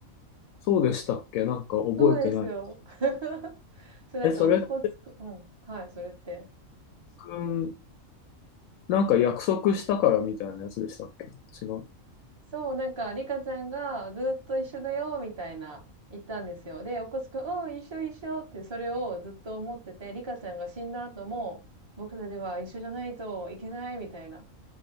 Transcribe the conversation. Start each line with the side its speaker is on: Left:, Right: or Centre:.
Left: そうでしたっけ、なんか覚えてない。
Right: そうですよ。<laughs> それなんか、
Left: え、それって、
Right: おっこつく、うん、はい、それって。
Left: うん、なんか約束したからみたいなやつでしたっけ違う。
Right: そう、なんか、リカちゃんがずっと一緒だよ、みたいな言ったんですよ。で、おっこつくん、うん、一緒一緒ってそれをずっと思ってて、リカちゃんが死んだ後も、僕たちは一緒じゃないといけない、みたいな。